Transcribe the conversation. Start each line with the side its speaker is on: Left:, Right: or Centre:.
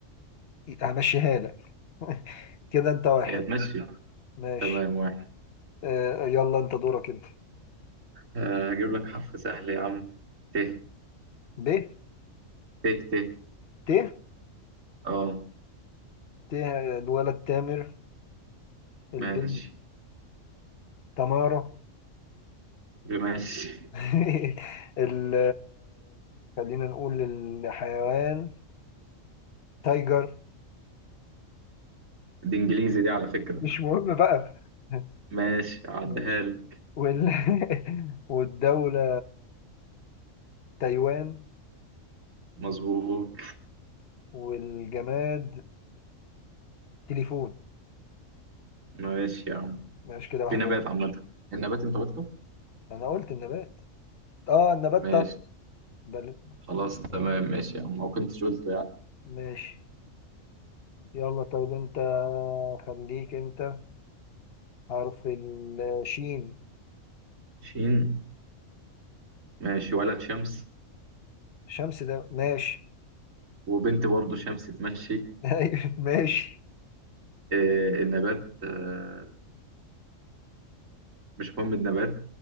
Left: همشيها لك <laughs> كده انت واحد
Right: هي تمشي
Left: ماشي
Right: تمام واحد
Left: آه يلا انت دورك انت
Right: آه، هجيب لك حرف سهل يا عم ت
Left: ب
Right: ت ت
Left: ت
Right: أه
Left: ت الولد تامر البنت
Right: ماشي
Left: تمارة
Right: ماشي
Left: <laughs> ال خلينا نقول الحيوان تايجر
Right: دي إنجليزي دي على فكرة
Left: مش مهم بقى <laughs>
Right: ماشي عديها
Left: ماشي
Right: لك
Left: وال... <laughs> والدولة تايوان
Right: مظبوط
Left: والجماد تليفون
Right: ماشي يا عم
Left: ماشي كده واحد
Right: في نبات
Left: واحد
Right: عامة النبات أنت قلته؟
Left: انا قلت النبات اه النبات
Right: ماشي
Left: طب بل...
Right: خلاص تمام ماشي يا عم ما كنتش قلته يعني
Left: ماشي يلا طيب انت خليك انت حرف الشين
Right: شين ماشي ولد شمس
Left: شمس ده ماشي
Right: وبنت برضه شمس تمشي
Left: <laughs> أيوة، ماشي
Right: آه، النبات آه، مش مهم النبات